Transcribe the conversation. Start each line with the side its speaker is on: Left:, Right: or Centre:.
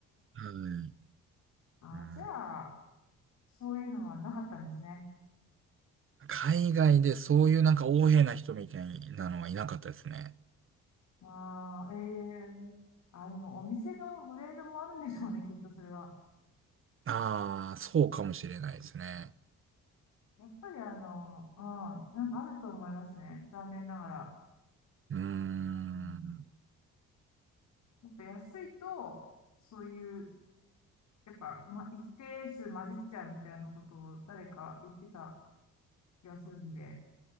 Right: うん、
Left: あ、
Right: うん。
Left: じゃあ、そういうのはなかったんですね。
Right: 海外でそういうなんか横柄な人みたいなのはいなかったですね。
Left: ああ、ええあ、でもお店のグレードもあるんでしょうね、きっとそれは。
Right: ああ、そうかもしれないですね。
Left: やっぱりあの、うん、なんかあると思いますね。残念ながら。
Right: うーん。
Left: うん、やっぱ安いと、そういう、やっぱ、ま、一定数混じっちゃうみたいなことを誰か言ってた気がするんで、